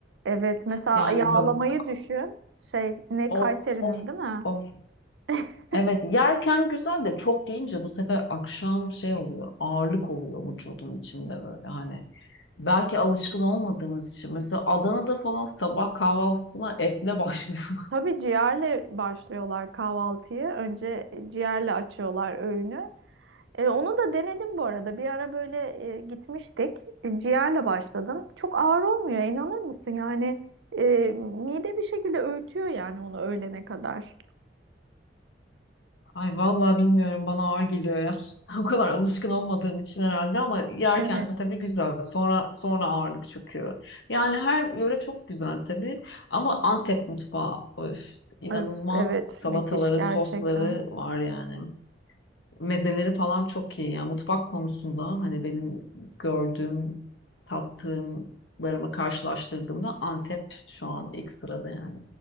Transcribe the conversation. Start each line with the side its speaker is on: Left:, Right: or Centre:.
Right: Evet, mesela
Left: Yani
Right: yağlamayı
Left: ben-
Right: düşün. Şey, ne
Left: of,
Right: Kayseri'nin
Left: of,
Right: değil mi?
Left: of.
Right: <laughs>
Left: Evet, yerken güzel de çok yiyince bu sefer akşam şey oluyor. Ağırlık oluyor vücudun içinde böyle hani. Belki alışkın olmadığımız için. Mesela Adana'da falan sabah kahvaltısına etle başlıyor.
Right: Tabii ciğerle başlıyorlar kahvaltıyı. Önce ciğerle açıyorlar öğünü. E, onu da denedim bu arada. Bir ara böyle e, gitmiştik. E, ciğerle başladım. Çok ağır olmuyor, inanır mısın? Yani e, mide bir şekilde öğütüyor yani onu öğlene kadar.
Left: Ay vallahi bilmiyorum bana ağır geliyor ya. <laughs> O kadar alışkın olmadığım için herhalde ama yerken
Right: Evet.
Left: tabii güzel. Sonra sonra ağırlık çöküyor. Yani her yöre çok güzel tabii ama Antep mutfağı öf, inanılmaz
Right: Öf, evet,
Left: salataları,
Right: müthiş gerçekten.
Left: sosları var yani. Mezeleri falan çok iyi. Yani mutfak konusunda hani benim gördüğüm, tattığımlarımı karşılaştırdığımda Antep şu an ilk sırada yani.